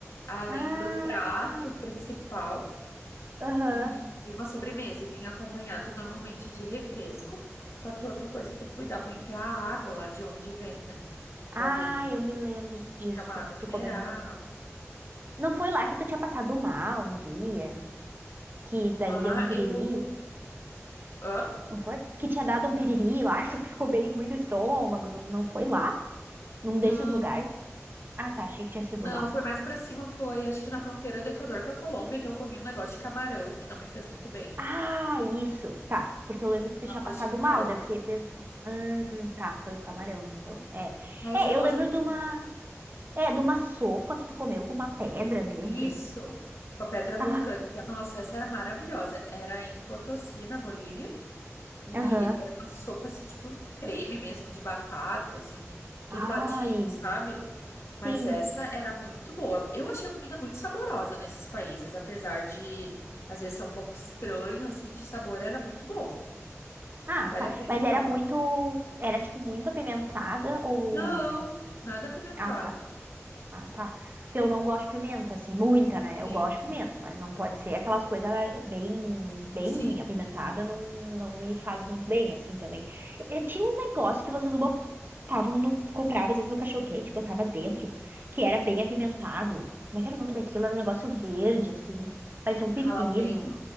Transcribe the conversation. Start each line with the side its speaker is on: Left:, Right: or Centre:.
Left: além
Right: Ah,
Left: do prato principal
Right: aham.
Left: e, e uma sobremesa, e vinha acompanhado normalmente de refresco. Só que outra coisa que tem que cuidar muito é a água lá de onde vem, né? Pra
Right: Ah,
Left: ver se
Right: eu me lembro disso
Left: é uma água
Right: que
Left: mineral.
Right: tu comentou. Não foi lá que tu tinha passado mal um dia, que daí
Left: Lá
Right: deu um piriri?
Left: eu. Hã?
Right: Não foi? Que tinha dado um piriri lá, <laughs> que tu ficou bem ruim do estômago. Não, não foi lá? Num
Left: Não,
Right: desses lugares? Ah, tá. Achei que tinha sido
Left: não,
Right: lá.
Left: foi mais pra cima, foi acho que na fronteira do Equador com a Colômbia que eu comi um negócio de camarão que não me fez muito bem.
Right: Ah, isso. Tá. Porque eu lembro que
Left: Um
Right: tu tinha
Left: arroz
Right: passado
Left: de camarão.
Right: mal. Daí eu fiquei pensando. Hum, tá. Foi o camarão, então. É.
Left: Mas
Right: É,
Left: eu gostei
Right: eu lembro
Left: muito.
Right: de uma. É, de uma sopa que tu comeu com uma pedra dentro.
Left: Isso, com a pedra vulcânica.
Right: Ah,
Left: Nossa, essa era maravilhosa. Era em Potosí, na Bolívia. E
Right: aham.
Left: era uma sopa, assim, tipo um creme mesmo, de batata, assim, tudo
Right: Ai.
Left: batido, sabe? Mas
Right: Sim.
Left: essa era muito boa. Eu achei a comida muito saborosa nesses países, apesar de às vezes ser um pouco estranho, assim, de sabor, era muito bom.
Right: Ah,
Left: Vale
Right: tá.
Left: a pena
Right: Mas
Left: provar.
Right: era muito. Era, tipo, muito apimentada ou
Left: Não,
Right: não?
Left: nada apimentado.
Right: Ah, tá. Ah, tá. Porque eu não gosto de pimenta, assim, muita, né?
Left: Sim,
Right: Eu gosto de pimenta, mas não pode ser aquelas coisas bem, bem
Left: sim.
Right: apimentada, não, não me faz muito bem, assim, também. E tinha uns negócios que vocês botavam no. Comprava, às vezes, no cachorro-quente, botava dentro, que era bem apimentado. Como é que era o nome daquilo? Era um negócio verde, assim. Parecia um pepino.
Left: Jalapeño?